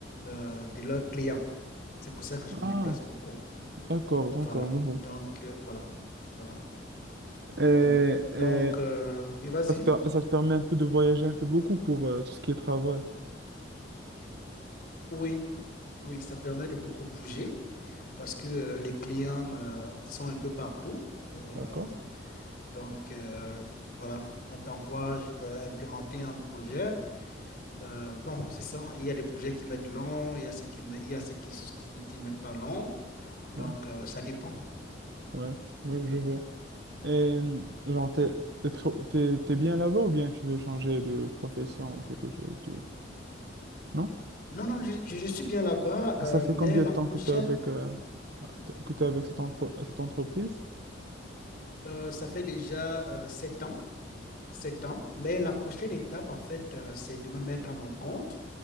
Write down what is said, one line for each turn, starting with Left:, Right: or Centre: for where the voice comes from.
Left: euh, de leurs clients. C'est pour ça que je
Right: Ah,
Left: me déplace beaucoup.
Right: d'accord, d'accord,
Left: Voilà.
Right: je vois.
Left: Donc, euh, voilà. Voilà.
Right: Et,
Left: Voilà.
Right: et
Left: Donc, euh, oui, vas-y.
Right: ça te per- ça te permet un peu de voyager un peu beaucoup pour euh, tout ce qui est travail.
Left: Oui, oui, ça permet de beaucoup bouger parce que euh, les clients euh, sont un peu partout. Euh,
Right: D'accord.
Left: donc, euh, voilà, on t'envoie euh, implémenter un projet. Euh, bon, c'est ça. Il y a des projets qui mettent long, il y a ceux qui, met- il y a ceux qui, qui- qui ne mettent pas long. Donc,
Right: Ouais,
Left: euh, ça dépend.
Right: ouais, ouais, je vois. Et genre, t'es, t'es, trop- t'es- t'es bien là-bas ou bien tu veux changer de profession ou quelque chose du... Non?
Left: Non, non, je, je- je suis bien là-bas, euh,
Right: Ça fait
Left: mais
Right: combien
Left: la
Right: de temps
Left: prochaine,
Right: que t'es avec, euh, que t'es avec cette, entre- cette entreprise?
Left: euh, ça fait déjà euh, sept ans, sept ans. Mais la prochaine étape, en fait, euh, c'est de me mettre à mon compte